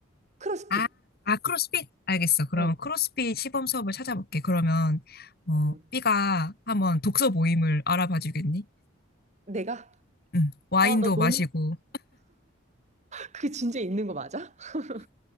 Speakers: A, on the right; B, on the left.
A: 크로스핏.
B: 아, 아, 크로스핏? 알겠어. 그럼
A: 어.
B: 크로스핏 시범 수업을 찾아볼게. 그러면, 어,
A: 응.
B: B가 한번 독서 모임을 알아봐 주겠니?
A: 내가?
B: 응. 와인도
A: 아, 나 너무
B: 마시고,
A: 그 진짜 있는 거 맞아? <laughs>